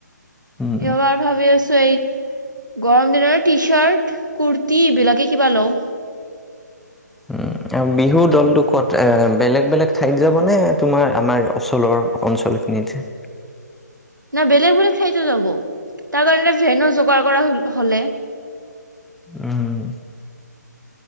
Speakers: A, in the centre; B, on the right (about 85°).
A: উম,
B: এইবাৰ ভাবি আছোঁ এই গৰম দিনৰ টিচাৰ্ট, কুৰ্তি এইবিলাকে কিবা লওঁ।
A: উম, আৰু বিহু দলটো ক'ত এ, বেলেগ, বেলেগ ঠাইত যাবনে, তোমাৰ আমাৰ ওচৰৰ অঞ্চলখিনিত?
B: না, বেলেগ, বেলেগ ঠাইতো যাব। তাৰ কাৰণে ভেনো যোগাৰ কৰা হ-হ'লে।
A: উম।